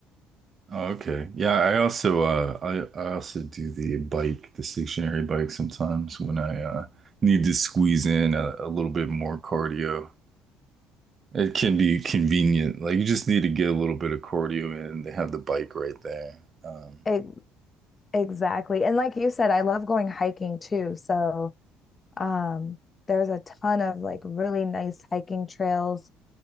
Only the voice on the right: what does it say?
Oh, okay. Yeah, I also uh I, I also do the bike, the stationary bike sometimes when I uh need to squeeze in a, a little bit more cardio. It can be convenient. Like you just need to get a little bit of cardio in. They have the bike right there. Um,